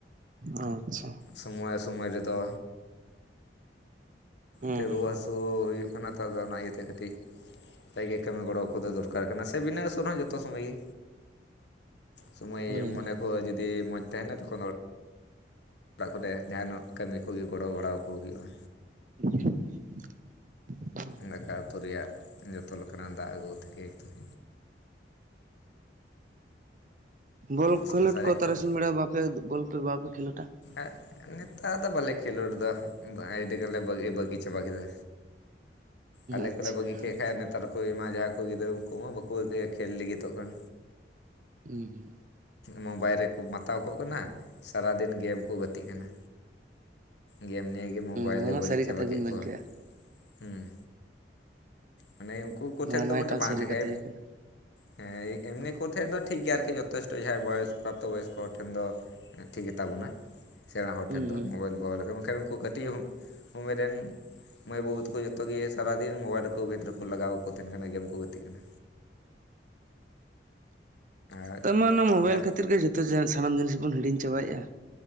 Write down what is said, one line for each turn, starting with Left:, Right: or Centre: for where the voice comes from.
Right: ᱟᱪᱪᱷᱟ᱾
Left: ᱥᱚᱢᱚᱭ ᱥᱚᱢᱚᱭ ᱨᱮᱫᱚ
Right: ᱦᱩᱸ
Left: ᱠᱮ
Right: ᱦᱩᱸ᱾
Left: ᱨᱩᱣᱟᱹ ᱦᱟᱹᱥᱩ᱾ ᱨᱩᱣᱟᱹ ᱦᱩᱭᱩᱜ ᱠᱟᱱᱟ ᱛᱚ ᱚᱱᱟ ᱤᱭᱟᱹᱛᱮ ᱠᱟᱹᱴᱤᱡ᱾ ᱡᱟᱛᱮ ᱠᱟᱹᱢᱤ ᱜᱚᱲᱚ ᱠᱚᱫᱚ ᱫᱚᱨᱠᱟᱨ ᱠᱟᱱᱟ ᱥᱮ ᱵᱤᱱᱟᱹ ᱩᱥᱩᱞᱚ ᱦᱚᱸ ᱡᱷᱚᱛᱚ ᱥᱚᱢᱚᱭ ᱜᱤ᱾ ᱥᱳᱢᱚᱭ
Right: ᱦᱳᱭ
Left: ᱢᱚᱱᱮ
Right: ᱦᱳᱭ
Left: ᱠᱚ ᱡᱩᱫᱤ ᱢᱚᱡᱽ ᱛᱟᱦᱮᱱᱟ ᱛᱚᱠᱷᱚᱱᱚ᱾ ᱚᱲᱟᱜ ᱠᱚᱨᱮ ᱡᱟᱦᱟᱱᱟᱜ ᱠᱟᱹᱢᱤ ᱠᱚᱜᱮ ᱜᱚᱲᱚ ᱵᱟᱲᱟ ᱠᱚ ᱦᱩᱭᱩᱜᱼᱟ᱾
Right: <inaudible>
Left: ᱫᱟᱠᱟ ᱩᱛᱩ ᱨᱮᱭᱟᱜ ᱡᱚᱛᱚ ᱞᱮᱠᱟᱱᱟᱜ ᱫᱟᱜ ᱟᱹᱜᱩ ᱛᱷᱮᱠᱮ᱾ <unintelligible>
Right: ᱵᱚᱞ
Left: ᱥᱚᱝᱥᱟᱨ
Right: ᱠᱷᱮᱞᱳᱰ
Left: ᱨᱮᱭᱟᱜ
Right: ᱠᱚ
Left: ᱠᱟᱹᱢᱤ᱾
Right: ᱛᱟᱨᱟᱥᱤᱧ ᱵᱮᱲᱟ ᱵᱟᱯᱮ ᱵᱚᱞ ᱯᱮ ᱵᱟᱯᱮ ᱠᱷᱮᱞᱳᱴᱟ? ᱾
Left: ᱮᱜ ᱱᱮᱛᱟᱨ ᱫᱚ ᱵᱟᱞᱮ ᱠᱷᱮᱞᱳᱰ ᱫᱟ <unintelligible> ᱵᱟᱹᱜᱤ ᱵᱟᱹᱜᱤ ᱪᱟᱵᱟ ᱠᱮᱫᱟ᱾ ᱟᱞᱮ
Right: ᱟᱪᱪᱷᱟ
Left: ᱠᱚᱞᱮ ᱵᱟᱹᱜᱤ
Right: ᱦᱩᱸ
Left: ᱠᱮᱫ ᱠᱷᱟ ᱱᱮᱛᱟᱨ ᱠᱚᱢᱟ ᱡᱟᱦᱟᱸᱭ ᱠᱚ ᱜᱤᱫᱽᱨᱟᱹ ᱩᱱᱠᱩ ᱢᱟ ᱵᱟᱠᱚ <unintelligible> ᱠᱷᱮᱞ ᱞᱟᱹᱜᱤᱫᱚᱜ ᱠᱟᱱ᱾
Right: ᱦᱩᱸ
Left: ᱢᱳᱵᱟᱭᱤᱞ ᱨᱮᱠᱚ ᱢᱟᱛᱟᱣ ᱠᱚᱜ ᱠᱟᱱᱟ ᱥᱟᱨᱟ ᱫᱤᱱ ᱜᱮᱢ ᱠᱚ ᱜᱟᱛᱮᱜ ᱠᱟᱱᱟ᱾ ᱜᱮᱢ ᱱᱤᱭᱮ‌ ᱜᱮ ᱢᱳᱵᱟᱭᱤᱞᱮ
Right: ᱱᱚᱣᱟ ᱢᱟ
Left: ᱵᱟᱹᱲᱤᱡ
Right: ᱥᱟᱹᱨᱤ
Left: ᱪᱟᱵᱟ
Right: ᱠᱟᱛᱷᱟ
Left: ᱠᱮᱫ
Right: ᱵᱤᱱ ᱢᱮᱱ
Left: ᱠᱚᱣᱟ
Right: ᱠᱮᱜᱼᱟ᱾
Left: ᱦᱩᱸ᱾ ᱢᱟᱱᱮ ᱩᱱᱠᱩ ᱠᱚᱴᱷᱮᱱ
Right: ᱱᱚᱣᱟ
Left: ᱫᱚ
Right: ᱢᱟ
Left: ᱢᱟᱱᱮ
Right: ᱮᱠᱟᱞ
Left: ᱵᱟᱝ
Right: ᱥᱟᱹᱨᱤ
Left: ᱴᱷᱤᱠᱟᱭ᱾
Right: ᱠᱟᱛᱷᱟ ᱜᱮ ᱠᱟᱱᱟ
Left: ᱦᱮᱸ ᱮᱢᱱᱤ ᱠᱚ ᱴᱷᱮᱱ ᱫᱚ ᱴᱷᱤᱠ ᱜᱮᱭᱟ ᱟᱨᱠᱤ ᱡᱚᱛᱷᱮᱥᱴᱚ ᱡᱟᱦᱟᱸᱭ ᱵᱚᱭᱚᱥ ᱯᱨᱟᱯᱛᱚ ᱵᱚᱭᱚᱥ ᱠᱚ ᱦᱚᱲ ᱴᱷᱮᱱ ᱫᱚ᱾ ᱴᱷᱤᱠ ᱜᱮ ᱛᱟᱵᱚᱱᱟ ᱥᱮᱬᱟ ᱦᱚᱲ
Right: ᱦᱩᱸ
Left: ᱴᱷᱮᱱ ᱫᱚ
Right: ᱦᱩᱸ᱾
Left: ᱢᱳᱵᱟᱭᱤᱞ᱾ ᱫᱚᱦᱚ ᱢᱮᱱᱠᱷᱟᱱ ᱩᱱᱠᱩ ᱠᱟᱹᱴᱤᱡ <unintelligible> ᱩᱢᱮᱨ ᱨᱮᱱ ᱢᱟᱹᱭ ᱵᱟᱹᱵᱩ ᱛᱟᱠᱚ ᱡᱚᱛᱚ ᱜᱮ᱾ ᱥᱟᱨᱟ ᱫᱤᱱ ᱢᱳᱵᱟᱭᱤᱞ ᱨᱮᱠᱚ ᱵᱷᱮᱛ ᱨᱮᱠᱚ ᱞᱟᱜᱟᱣ ᱟᱠᱚ ᱛᱟᱦᱮᱱ ᱠᱟᱱᱟ ᱜᱮᱢ ᱠᱚ ᱜᱟᱛᱮᱜ ᱠᱟᱱᱟ᱾ ᱟᱨ
Right: ᱛᱟᱨ ᱢᱟᱱᱮ ᱢᱳᱵᱟᱭᱤᱞ
Left: ᱡᱟ
Right: ᱠᱷᱟᱹᱛᱤᱨ ᱜᱮ ᱡᱷᱚᱛᱚ ᱥᱟᱱᱟᱢ ᱡᱤᱱᱤᱥ ᱵᱚᱱ ᱦᱤᱲᱤᱧ ᱪᱟᱵᱟᱭᱮᱫᱼᱟ᱾